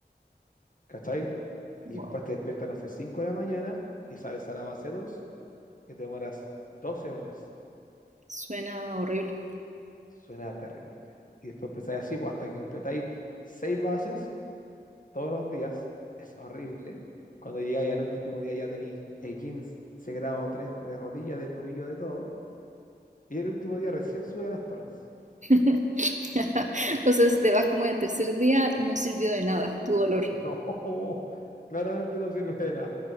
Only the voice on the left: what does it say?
¿cachai? Y
después te despiertas, no sé, 5 de la mañana y sales a la base 2 que te demoras 12 horas.
Suena terrible. Y después empezáis así, pues hasta que completáis seis bases todos los días, es horrible. Cuando llegáis al último día ya tenéis el 15 grado 3 de rodilla, de tobillo, de todo. Y el último día recién sube a las torres.
<laughs> No, claramente no sirve de nada.